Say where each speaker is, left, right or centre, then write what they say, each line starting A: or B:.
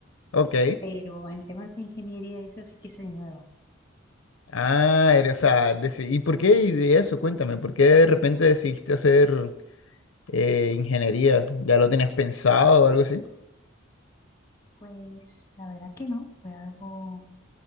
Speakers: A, on the left (about 75°); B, on the left (about 15°).
A: ok.
B: pero en temas de ingeniería eso sí que soy nueva.
A: Ah, eres, o sea, deci- ¿y por qué y de eso? Cuéntame, ¿por qué de repente decidiste hacer eh, ingeniería? ¿Ya lo tenías pensado o algo así?
B: Pues la verdad que no, fue algo